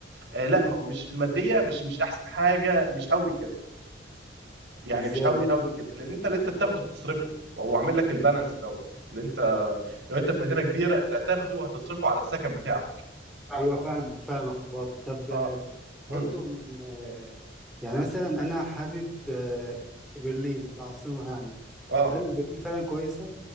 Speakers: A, on the right; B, in the centre.
A: آه، لا ما هو مش الماديه مش مش احسن حاجه مش قوي كده يعني
B: إزاي؟
A: مش قوي قوي كده لان انت اللي انت بتاخده بتصرفه وهو عامل لك البالانس دوت اللي انت لو انت في مدينه كبيره انت هتاخده وهتصرفه على السكن بتاعك
B: أيوة فاهم فاهم خلاص طب آه،
A: اه
B: برضو
A: امم
B: من آه، يعني مثلا أنا حابب آه، برلين العاصمة يعني
A: اه
B: هل برلين فعلا كويسة؟